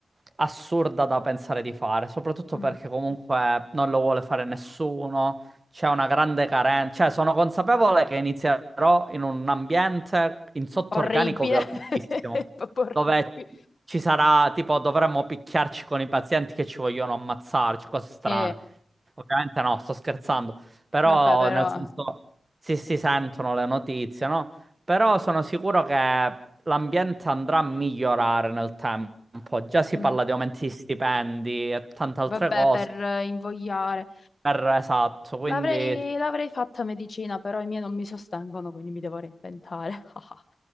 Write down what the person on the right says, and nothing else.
assurda da pensare di fare, soprattutto
perché comunque non lo vuole fare nessuno, c'è una grande carenza, cioè sono consapevole che inizierò in un ambiente in sottorganico
violentissimo,
dove ci sarà, tipo, dovremmo picchiarci con i pazienti che ci vogliono ammazzarci, cose strane.
Ovviamente no, sto scherzando. Però
nel senso sì, si sentono le notizie, no? Però sono sicuro che l'ambiente andrà a migliorare nel tempo. Già si
parla di aumenti di stipendi e tante altre
cose.
Per- esatto, quindi